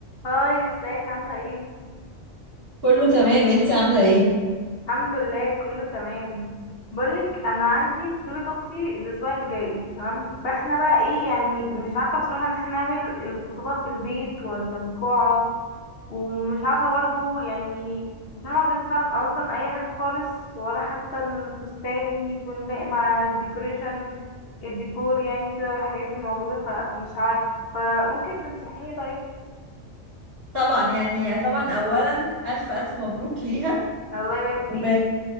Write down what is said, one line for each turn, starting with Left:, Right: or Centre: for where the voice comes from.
Left: هاي ازيك عاملة ايه؟
Right: كله تمام انت عاملة ايه؟
Left: الحمد لله كله تمام بقولك انا عندي خطوبة اختي الاسبوع الجاي تمام فاحنا بقى ايه يعني مش عارفة بصراحة ان احنا نعمل الخطوبة في البيت ولا في قاعة ومش عارفة برضو يعني مش عارفة بجد فعلا انظم اي حاجة خالص ولا حتى الفستان يكون لاقي مع الديكوريشن الديكور يعني كده والحاجات الموجودة فمش عارفة فممكن تنصحيني طيب
Right: طبعا يعني طبعا اولا الف الف مبروك ليها
Left: الله يبارك
Right: و...
Left: فيكي